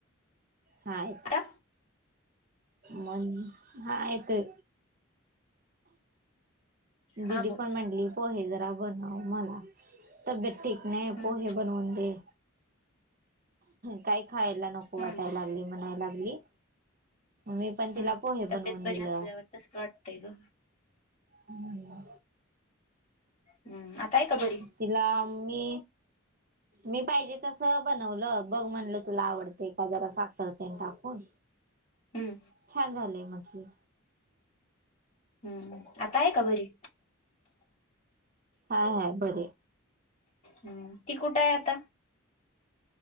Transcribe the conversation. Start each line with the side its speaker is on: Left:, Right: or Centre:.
Right: हा यच.
Left: आता
Right: मन हा येतो. दिदी
Left: हा बोल
Right: पण म्हटली पोहे जरा बनव मला तब्येत. टिक नाही
Left: हम्म
Right: पोहे बनवून दे. काही खायला नको
Left: हम्म
Right: वाटायला लागली म्हणाय लागली. मी पण
Left: हम्म
Right: तिला पोहे
Left: तब्येत
Right: बनवून
Left: बरी
Right: दिलं
Left: असल्यावर तस वाटतंय ग.
Right: हम्
Left: हम्म आताय का घरी.
Right: तिला मी मी पाहिजे तस बनवलं बघ म्हणलं तुला आवडते का जरा साखते टाकून.
Left: हम्म
Right: छान झालंय म्हटलंस.
Left: हम्म आता आहे काबरी.
Right: हाय हाय बर.
Left: हम् ती कुठे आहे आता.